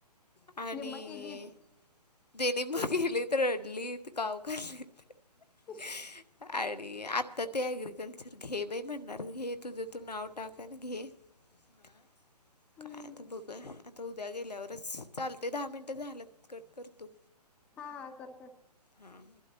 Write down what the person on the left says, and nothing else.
आणि
<unintelligible>
<inaudible> <unintelligible> आत्ता ते ॲग्रिकल्चर घे बाई! म्हणणार घे तुझं तू नाव टाक आणि घे. <inaudible>
काय आता बघूया आता त उद्या गेल्यावरच, चालतय दहा मिनटं झालंत कट करतो.
हां.